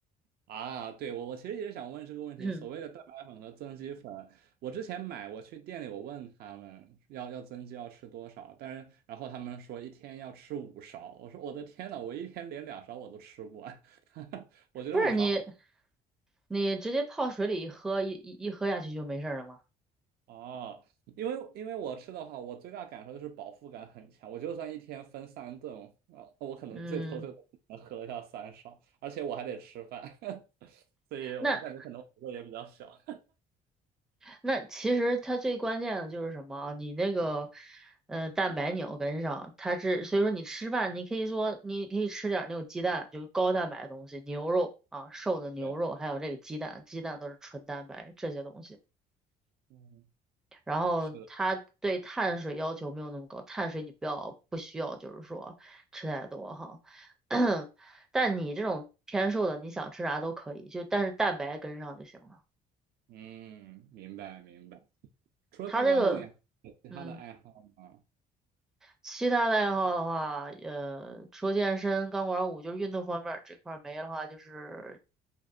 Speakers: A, on the right; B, in the centre.
A: 啊，对，我我其实也是想问这个问题，
B: <clears throat>
A: 所谓的蛋白粉和增肌粉，我之前买，我去店里我问他们要要增肌要吃多少，但是然后他们说一天要吃五勺，我说我的天呐，我一天连两勺我都吃不完，<laughs> 我觉得五勺好
B: 不是你。你直接泡水里一喝，一一一喝下去就没事儿了吗？
A: 哦，因为因为我吃的话，我最大感受就是饱腹感很强，我就算一天分三顿，啊，我可能最多最多能喝得下三勺，
B: 嗯，
A: 而且我还得吃饭，<laughs> 所以我感觉可能幅度也比较小，
B: 那那其实它最关键的就是什么啊？你那个，呃，蛋白你要跟上，它是所以说你吃饭，你可以说你可以吃点儿那种鸡蛋，就是高蛋白的东西，牛肉啊，瘦的牛肉，
A: <laughs> 对，
B: 还有这个鸡蛋，鸡蛋都是纯蛋白这些东西。
A: 嗯。
B: 然后它对碳水要求没有那么高，
A: 是的。
B: 碳水你不要不需要，就是说吃太多哈。<coughs> <clears throat> 但你这种偏瘦的，你想吃啥都可以，就但是蛋白跟上就行了。
A: 嗯，明白明白。除了钢管舞，
B: 它这个，
A: 你还有其他的爱好吗？
B: 嗯，其他的爱好的话，呃，除了健身、钢管舞，就是运动方面儿这块儿没的话，就是